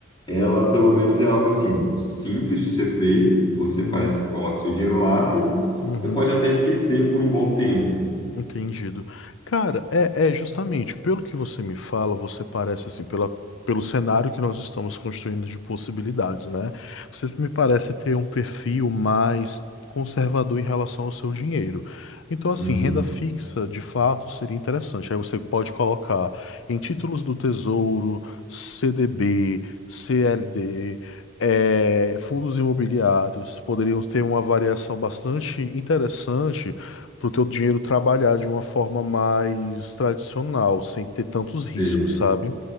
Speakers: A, on the left; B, on the left.
A: ela, pelo menos, é algo assim, simples de ser feito. Você
B: uhum,
A: parece que coloca seu dinheiro lá e
B: uhum.
A: você pode até esquecer por um bom tempo.
B: Entendido. Cara, é, é justamente pelo que você me fala, você parece assim, pela, pelo cenário que nós estamos construindo de possibilidades, né? Você me parece ter um perfil mais conservador em relação ao seu dinheiro. Então, assim,
A: Uhum.
B: renda fixa, de fato, seria interessante. Aí você pode colocar em títulos do Tesouro, CDB, CLD, eh, fundos imobiliários, poderiam ter uma variação bastante interessante para o teu dinheiro trabalhar de uma forma mais tradicional, sem ter tantos
A: sim
B: riscos, sabe?